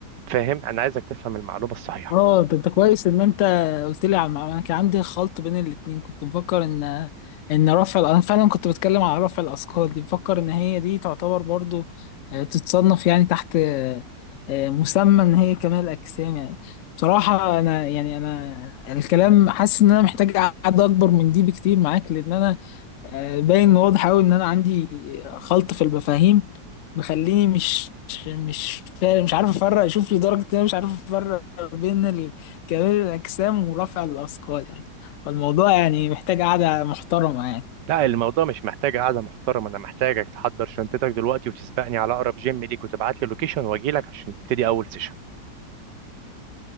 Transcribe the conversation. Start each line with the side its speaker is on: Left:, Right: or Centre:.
Right: فاهم انا عايزك تفهم المعلومة الصحيحة
Left: اه طب ده كويس ان انت قلت لي على المعلومة. انا كان عندي خلط بين الاتنين كنت مفكر ان ان رفع ال- انا فعلا كنت بتكلم على رفع الاثقال دي مفكر ان هي دي تعتبر برضو آه، تتصنف يعني تحت آه، آه، مسمى ان هي كمال الاجسام يعني بصراحة انا يعني انا الكلام حاسس ان انا محتاج قعدة اكبر من دي بكتير معاك لان انا آه، باين واضح أوي إن أنا عندي خلط في المفاهيم مخليني مش مش فارق مش عارف أفرق شوف لدرجة إن أنا مش عارف أفرق بين ال- كمال الأجسام ورفع الأثقال يعني فالموضوع يعني محتاج قعدة محترمة يعني
Right: لا الموضوع مش محتاج قعدة محترمة أنا محتاجك تحضر شنطتك دلوقتي وتسبقني على أقرب جيم ليك وتبعت لي لوكيشن وأجيلك عشان نبتدي أول سيشن